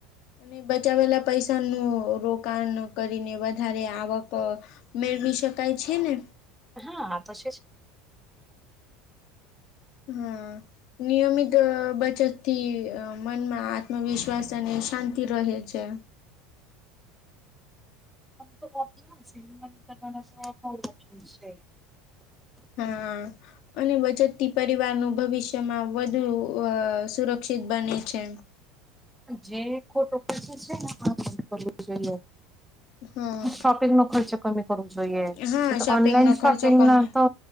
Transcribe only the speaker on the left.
અને બચાવેલા પૈસાનું રોકાણ કરીને વધારે આવક, મેળવી શકાય છે ને.
હ નિયમિત બચતથી મનમાં આત્મવિશ્વાસ અને શાંતિ રહે છે.
હા અને બચતથી પરિવારનું ભવિષ્યમાં વધુ સુરક્ષિત બને છે.
હા
હા શોપિંગનો
ખર્ચો
કમે